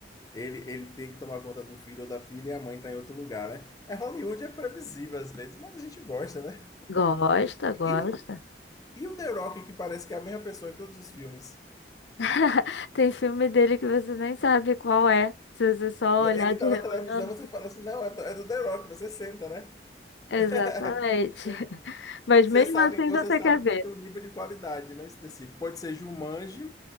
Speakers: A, on the left (about 20°); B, on the left (about 85°).
A: Ele, ele tem que tomar conta do filho ou da filha e a mãe tá em outro lugar, né? É Hollywood, é previsível às vezes, mas a gente gosta, né?
B: Gosta, gosta.
A: E o, e o The Rock, que parece que é a mesma pessoa em todos os filmes.
B: <laughs> Tem filme dele que você nem sabe qual é, se você só olhar
A: Ele
B: de
A: tá
B: relance.
A: na televisão, você fala assim, não, é do, é do The Rock, você senta, né?
B: Exatamente.
A: <laughs> Você,
B: <laughs> Mas
A: você
B: mesmo
A: sabe,
B: assim
A: você
B: você
A: sabe
B: quer
A: que
B: ver.
A: vai ter um nível de qualidade, né, específico. Pode ser Jumanji